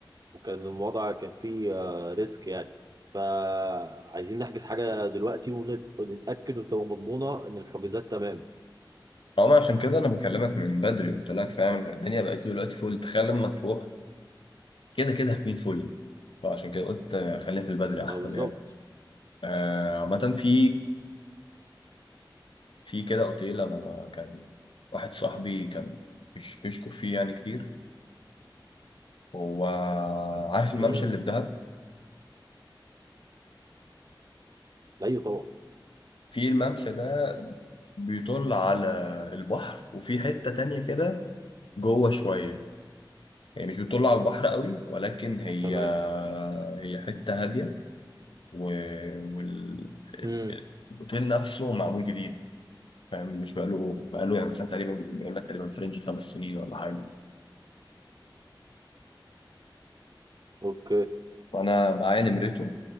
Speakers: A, on the right; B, on the left.
A: وكان الوضع كان فيه آه، ريسك يعني فعايزين نحجز حاجه دلوقتي ونت- ونتاكد وتبقى مضمونه ان الحجوزات تمام
B: اه ما عشان كده انا بكلمك من بدري قلت لك فاهم الدنيا بقت دلوقتي فل تخيل لما تروح كده كده هتكون فل فعشان كده قلت آه، خلينا في البدري احسن
A: اه بالظبط
B: يعني آه، عامة في في كده اوتيل انا كان واحد صاحبي كان بيش- بيشكر فيه يعني كتير هو عارف الممشى
A: امم
B: اللي في دهب
A: ايوه طبعا
B: في الممشى ده بيطل على البحر وفي حتة تانية كده جوه شوية يعني مش بتطل على البحر قوي ولكن هي
A: تمام
B: هي حتة هادية والاوتيل
A: امم
B: نفسه معمول جديد فاهم مش بقاله بقاله يعني سنه تقريبا بيقول لك تقريبا فرنج خمس سنين ولا حاجه
A: اوكي
B: فانا معايا نمرته